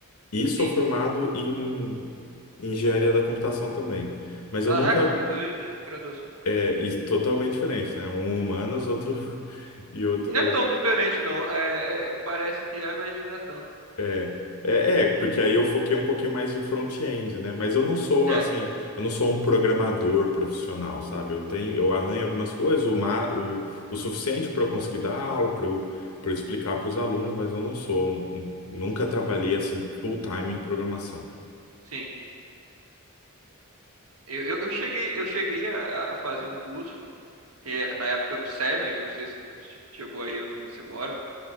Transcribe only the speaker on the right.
Sim.
Caraca,
tem dois, dois graduações.
Não é tão diferente, não. É, é- parece que é, mas não é tanto.
É,
sim. Eu, eu, eu cheguei, eu cheguei a, a fazer um curso, que na época era o Seven, eu não sei se tu che- chegou aí onde você mora.